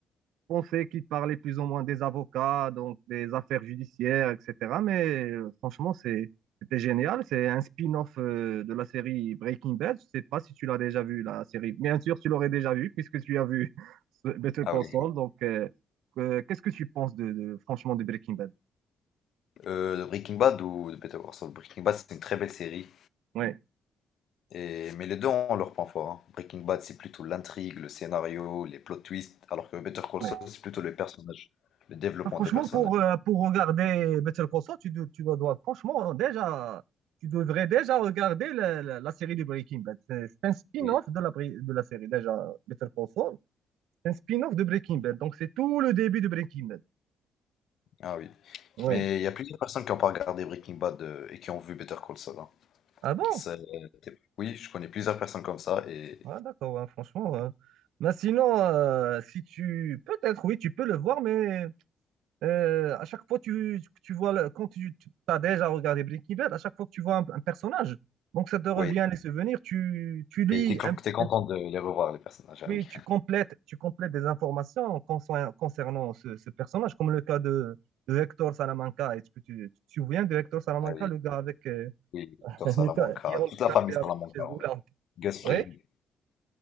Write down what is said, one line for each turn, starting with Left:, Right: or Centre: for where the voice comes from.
Right: pensais qu'il parlait plus ou moins des avocats, donc des affaires judiciaires, etc. Mais euh, franchement, c'est, c'était génial. C'est un spin-off euh, de la série Breaking Bad. Je sais pas si tu l'as déjà vu, la série. Bien sûr, tu l'aurais déjà vu puisque tu as vu <laughs> ce- Better
Left: Ah
Right: Call
Left: oui.
Right: Saul. Donc, euh, euh, qu'est-ce que tu penses de, de- franchement de Breaking Bad?
Left: Euh, de Breaking Bad ou de Better Call Saul? Breaking Bad, c'est une très belle série.
Right: Ouais,
Left: Et... Mais les deux ont leur point fort. hein. Breaking Bad, c'est plutôt l'intrigue, le scénario, les plot twists, alors que Better Call
Right: ouais.
Left: Saul, c'est plutôt les personnages, le développement
Right: Ah, Franchement,
Left: des personnages.
Right: pour, euh, pour regarder Better Call Saul, tu, dois, tu dois, dois- franchement, hein, déjà, tu devrais déjà regarder la, la- la série de Breaking Bad. C'est c'est un spin-off
Left: Oui.
Right: de la, bri- de la série, déjà, Better Call Saul. C'est un spin-off de Breaking Bad. Donc, c'est tout le début de Breaking Bad.
Left: Ah oui.
Right: Oui.
Left: Mais il y a plusieurs personnes qui n'ont pas regardé Breaking Bad euh, et qui ont vu Better Call Saul. hein.
Right: Ah bon?
Left: Ça, euh, t'es- Oui, je connais plusieurs personnes comme ça et
Right: Ah, d'accord, ouais, franchement. ouais. Mais sinon, euh, si tu, peut-être, oui, tu peux le voir, mais Euh, à chaque fois tu, tu vois, le- quand tu, as déjà regardé Breaking Bad, à chaque fois que tu vois un, un personnage, donc ça te revient
Left: oui,
Right: les souvenirs, tu, tu lis
Left: et t'es con-
Right: un,
Left: t'es
Right: petit-
Left: content
Right: un petit,
Left: de les revoir, les personnages. Ah
Right: oui,
Left: oui.
Right: tu complètes, tu complètes des informations concernant, concernant ce, ce personnage, comme le cas de, de Hector Salamanca. Est-ce que tu, tu te souviens de Hector Salamanca,
Left: Ah oui,
Right: le gars avec, euh,
Left: oui,
Right: <laughs>
Left: Peter
Right: le
Left: Salamanca,
Right: gars qui est handicapé
Left: toute la famille
Right: avec
Left: Salamanca
Right: une chaise
Left: en
Right: roulante?
Left: vrai. Gus
Right: Oui.
Left: Fring,